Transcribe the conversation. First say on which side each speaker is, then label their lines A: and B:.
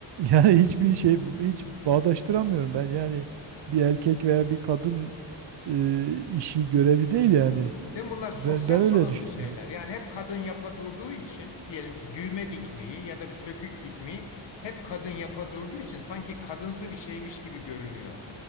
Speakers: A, on the right; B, on the left.
A: Yani hiçbir şey hiç bağdaştıramıyorum ben. Yani bir erkek veya bir kadın e, işi görevi değil yani.
B: Değil mi? Bunlar sosyal
A: Ben ben
B: tanımlı
A: öyle düşünüyorum.
B: şeyler. Yani hep kadın yapa durduğu için diyelim ki düğme dikmeyi ya da bir sökük dikmeyi hep kadın yapa durduğu için sanki kadınsı bir şeymiş gibi görünüyor.